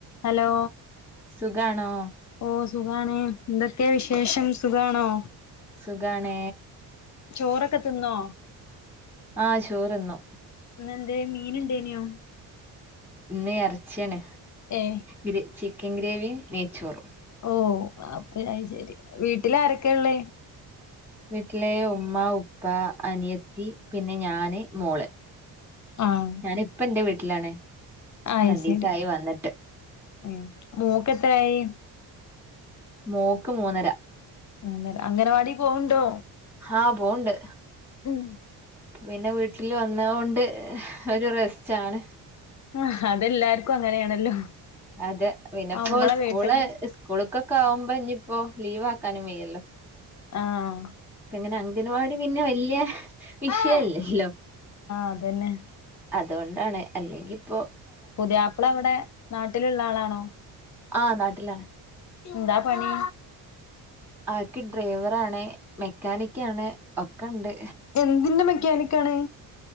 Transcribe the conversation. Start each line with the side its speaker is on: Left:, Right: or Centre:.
Left: Hello
Centre: സുഖണോ.
Left: ഓ സുഖണേ എന്തൊക്കെയ വിശേഷം സുഖാണോ.
Centre: സുഖണേ.
Left: ചോറൊക്കെ തിന്നോ.
Centre: ആ ചോറ് തിന്നു.
Left: ഇന്ന് എന്തേ മീൻ ഇണ്ടെനു.
Centre: ഇന്ന് ഇറച്ചിയാണ്
Left: ഏ
Centre: ഗ്രേ ചിക്കൻ ഗ്രേവിയും നെയ്ച്ചോറും.
Left: ഓ അപ്പ ഞാ അത് ശരി വീട്ടില് ആരൊക്കെയ ഉള്ളേ.
Centre: വീട്ടില് ഉമ്മ, ഉപ്പ, അനിയത്തി പിന്നെ ഞാന് മോള്.
Left: ആഹ്
Centre: ഞാന് ഇപ്പ എന്റെ വീട്ടിലാണ്.
Left: ആയി
Centre: രണ്ടീസായി
Left: ശരി
Centre: വന്നിട്ട്
Left: മം മോക്ക് എത്രായി.
Centre: മോക്ക് മൂന്നര.
Left: മൂന്നര അംഗനവാടി പോവണ്ടോ.
Centre: ആ പോവണ്ട്.
Left: ഉം
Centre: പിന്നെ വീട്ടില് വന്ന കൊണ്ട് ഒരു റെസ്റ്റാണ്.
Left: ആഹ് അതെല്ലാർക്കും അങ്ങനെയാണല്ലോ
Centre: അതെ പിന്നെപ്പോ
Left: അമ്മളെ
Centre: സ്കൂള്.
Left: വീട്ടും
Centre: സ്കുളുക്കൊക്കെ ആകുമ്പോ ഇനി ഇപ്പോ ലീവ് ആക്കാനും വെയ്യല്ലോ.
Left: ആഹ്
Centre: എങ്ങനെ അംഗൻവാടി പിന്നെ വല്യ. വിഷയല്ലല്ലോ
Left: ആഹ് അതന്നെ
Centre: അതുകൊണ്ടാണ് അല്ലെങ്കിപ്പോ
Left: പുതിയാപ്പിള അവിടെ നാട്ടിലുള്ള ആളാണോ.
Centre: ആ നാട്ടിലാണ്.
Left: എന്താ പണി.
Centre: ആക്ക് ഡ്രൈവറ് ആണ് മെക്കാനിക്ക് ആണ് ഒക്കെ ഇണ്ട്.
Left: എന്തിന്റെ മെക്കാനിക്ക് ആണ്.